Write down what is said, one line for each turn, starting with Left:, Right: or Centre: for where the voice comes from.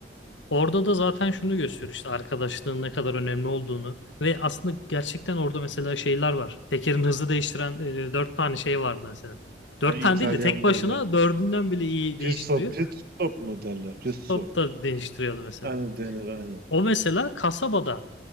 Left: orada da zaten şunu gösteriyor işte arkadaşlığın ne kadar önemli olduğunu ve aslında gerçekten orada mesela şeyler var. Tekerin hızı değiştiren e, dört tane şey vardı mesela. Dört
Right: Yani
Left: tane
Right: İtalyan
Left: değil de tek başına
Right: böyle
Left: dördünden bile iyi
Right: pit
Left: değiştiriyor.
Right: stop, pit stop mu derler? Pit stop.
Left: Top da değiştiriyordu mesela.
Right: Yani denir aynen.
Left: O mesela kasabada